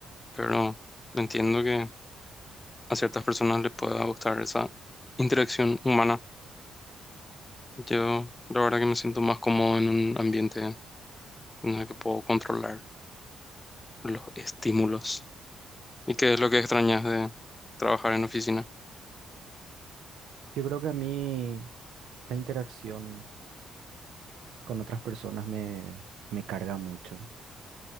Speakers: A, on the left (about 20°); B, on the right (about 80°).
A: pero no, entiendo que a ciertas personas les pueda gustar esa interacción humana. Yo la verdad que me siento más cómodo en un ambiente en el que puedo controlar los estímulos. ¿Y qué es lo que extrañas de trabajar en oficina?
B: Yo creo que a mí la interacción con otras personas me, me carga mucho.